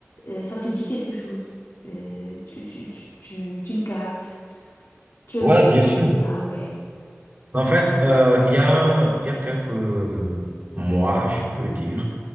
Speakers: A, on the left; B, on the right.
A: euh, ça te dit quelque chose. Euh, tu, tu, tu, tu, tu me captes. Tu as
B: Ouais,
A: déjà
B: bien
A: ressenti
B: sûr.
A: ça, ouais.
B: En fait, euh, il y a, un- il y a quelques mois, je peux dire,